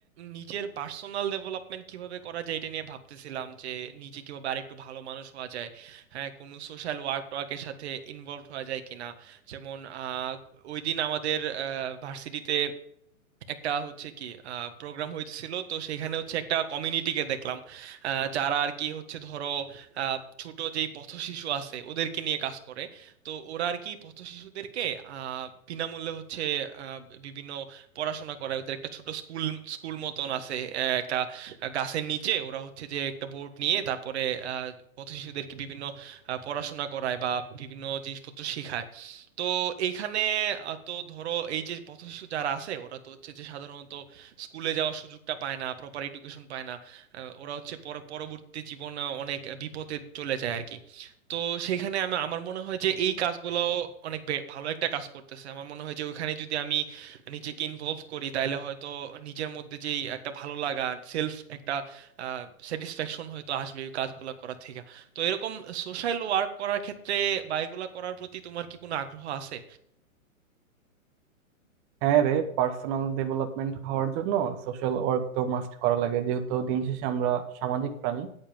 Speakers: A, on the right; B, on the right.
A: নিজের পার্সোনাল ডেভেলপমেন্ট কিভাবে করা যায় এটা নিয়ে ভাবতেছিলাম যে নিজে কিভাবে আরেকটু ভালো মানুষ হওয়া যায় হ্যাঁ কোনো সোশ্যাল ওয়ার্ক টোয়ার্কের সাথে ইনভলভ হওয়া যায় কিনা যেমন আহ, ওই দিন আমাদের ভার্সিটিতে একটা হচ্ছে কি প্রোগ্রাম হইতেছিল তো সেখানে হচ্ছে একটা কমিউনিটিকে দেখলাম আহ, যারা আর কি হচ্ছে ধরো আহ, ছোট যেই পথশিশু আছে ওদেরকে নিয়ে কাজ করে তো ওরা আর কি পথশিশুদেরকে আহ, বিনামূল্যে হচ্ছে আহ, বিভিন্ন পড়াশোনা করায় ওদের একটা ছোট স্কুল স্কুল মতন আছে আহ, একটা গাছের নিচে ওরা হচ্ছে যে একটা বোর্ড নিয়ে তারপরে আহ, পথশিশুদেরকে বিভিন্ন আহ, পড়াশোনা করায় বা বিভিন্ন জিনিসপত্র শেখায় তো এইখানে আহ, তো ধরো এই যে পথশিশু যারা আছে ওরা তো হচ্ছে যে সাধারণত স্কুলে যাওয়ার সুযোগটা পায় না প্রপার এডুকেশন পায় না আহ, ওরা হচ্ছে পর- পরবর্তী জীবন আহ, অনেক বিপদে চলে যায় আর কি তো সেইখানে আমি আমার মনে হয় যে এই কাজগুলো অনেক বে- ভালো একটা কাজ করতেছে আমার মনে হয় যে ওইখানে যদি আমি নিজেকে ইনভলভ করি তাহলে হয়তো নিজের মধ্যে যেই একটা ভালো লাগা সেলফ একটা স্যাটিসফ্যাকশন হয়তো আসবে ওই কাজগুলো করা থেকে তো এরকম সোশ্যাল ওয়ার্ক করার ক্ষেত্রে বা এগুলা করার প্রতি তোমার কি কোনো আগ্রহ আছে
B: হ্যাঁ রে পার্সোনাল ডেভেলপমেন্ট হওয়ার জন্য সোশ্যাল ওয়ার্ক তো মাস্ট করা লাগে যেহেতু দিন শেষে আমরা সামাজিক প্রাণী